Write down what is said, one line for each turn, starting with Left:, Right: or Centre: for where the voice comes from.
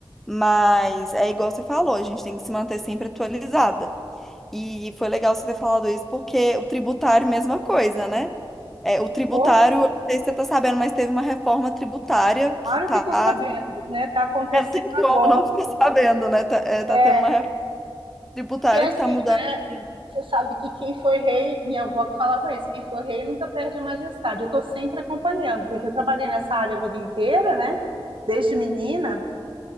Centre: mas é igual você falou, a gente tem que se manter sempre atualizada. E foi legal você ter falado isso, porque o tributário, mesma coisa, né? É, o tributário,
Right: Pô,
Centre: eu não sei se você tá sabendo, mas teve uma reforma tributária que
Right: claro
Centre: tá.
Right: que estou
Centre: <laughs>
Right: sabendo, né? Está acontecendo
Centre: É, não tem
Right: agora.
Centre: como não ficar sabendo, né? Tá, é, tá
Right: É,
Centre: tendo uma Tributária
Right: porque assim,
Centre: que tá mudando. sim.
Right: Você sabe que quem foi rei, minha avó que falava isso, quem foi rei nunca perde a majestade. Eu estou sempre acompanhando, porque eu trabalhei nessa área a vida inteira, né? Desde menina,